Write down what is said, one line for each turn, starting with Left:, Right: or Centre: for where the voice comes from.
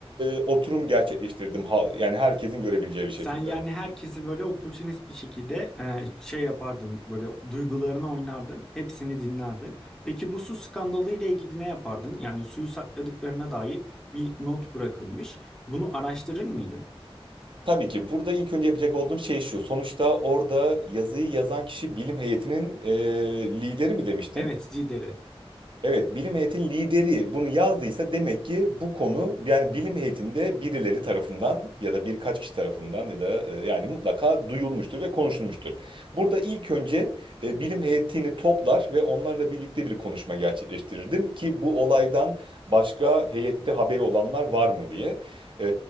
Right: e, oturum gerçekleştirdim. Ha- yani herkesin görebileceği bir şekilde.
Centre: Sen yani herkesi böyle opportunist bir şekilde e, şey yapardın, böyle duygularına oynardın, hepsini dinlerdin. Peki bu su skandalı ile ilgili ne yapardın? Yani suyu sakladıklarına dair bir not bırakılmış. Bunu araştırır mıydın?
Right: Tabii ki burada ilk önce yapacak olduğum şey şu. Sonuçta orada yazıyı yazan kişi bilim heyetinin e, lideri mi demiştin?
Centre: Evet, Zider'i.
Right: Evet, bilim heyetinin lideri bunu yazdıysa demek ki bu konu yani bilim heyetinde birileri tarafından ya da birkaç kişi tarafından ya da e, yani mutlaka duyulmuştur ve konuşulmuştur. Burada ilk önce e, bilim heyetini toplar ve onlarla birlikte bir konuşma gerçekleştirirdim ki bu olaydan başka heyette haberi olanlar var mı diye. E,